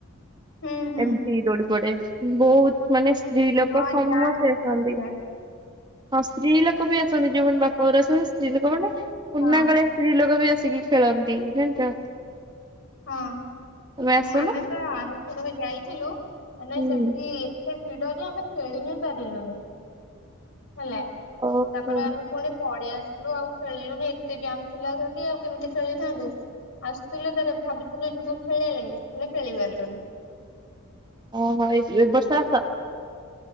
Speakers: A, on the left; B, on the right.
A: ହୁଁ ହୁଁ।
B: ଏମତି ଦୋଳି ପଡେ, ବହୁତ ମାନେ ସ୍ତ୍ରୀ ଲୋକ
A: ହଁ
B: ସମସ୍ତେ
A: ଯାଆନ୍ତି
B: ଆସନ୍ତି,
A: ତ ପିଲା
B: ହଁ ସ୍ତ୍ରୀ ଲୋକ ବି ଆସନ୍ତି ଯୋଉମାନେ ପର ଆସୁ ସ୍ତ୍ରୀ ଲୋକ ମାନେ, ପୁରୁଣା
A: ହଁ
B: କାଳିଆ ସ୍ତ୍ରୀ ଲୋକ ବି ଆସିକି ଖେଳନ୍ତି ଜାଣିଛ?
A: ହଁ
B: ତମେ ଆସୁନ।
A: ଆମେ ତ ଆର ଥର ଯାଇଥିଲୁ, ମାନେ
B: ହୁଁ
A: ସେଠି ସେ ଭିଡରେ ଆମେ ଖେଳି ହିଁ ପାରିଲୁନି ହେଲା।
B: ଓହୋ
A: ତାପରେ ଆମେ ପୁଣି ପଳେଇ ଆସିଲୁ ଆଉ ଖେଳିଲୁନି ଏତେ ଜାମ୍ ଥିଲା ସେଠି ଆଉ କେମିତି ଖେଳିଥାନ୍ତୁ? ଆସୁଥିଲ ତାର ଭାବିଥିଲୁ ଯିବୁ ଖେଳଆ ଲାଗି, ହେଲେ ଖେଳି ପାରିଲୁନି।
B: ଓହୋ, ଏ ବର୍ଷ ଆସ।